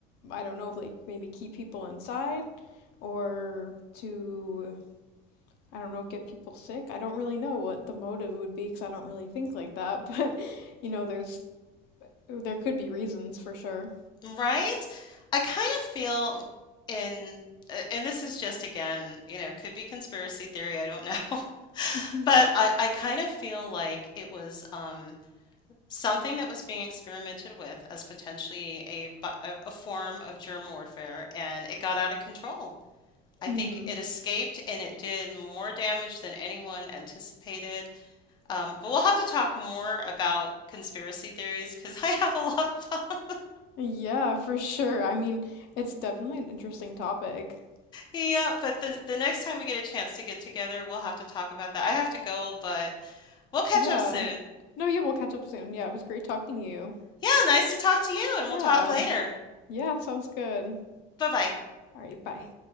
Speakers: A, on the left; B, on the left.
A: I don't know, like maybe keep people inside or to I don't know, get people sick. I don't really know what the motive would be because I don't really think like that, <laughs> but you know, there's there could be reasons for sure.
B: Right? I kind of feel in a- and this is just again, you know, could be conspiracy theory, I don't know. <laughs>
A: <laughs>
B: But I I kind of feel like it was um something that was being experimented with as potentially a bi- a, a form of germ warfare and it got out of control. I
A: hmm
B: think it escaped and it did more damage than anyone anticipated. Um, but we'll have to talk more about conspiracy theories because <laughs> I have a lot of
A: Yeah, for sure. I mean, it's definitely an interesting topic.
B: Yeah, but the the next time we get a chance to get together, we'll have to talk about that. I have to go, but we'll catch
A: Yeah.
B: up soon.
A: No, yeah, we'll catch up soon. Yeah, it was great talking to you.
B: Yeah, nice to talk to you, and
A: Yeah.
B: we'll talk later.
A: Yeah, sounds good.
B: Bye-bye.
A: All right, bye.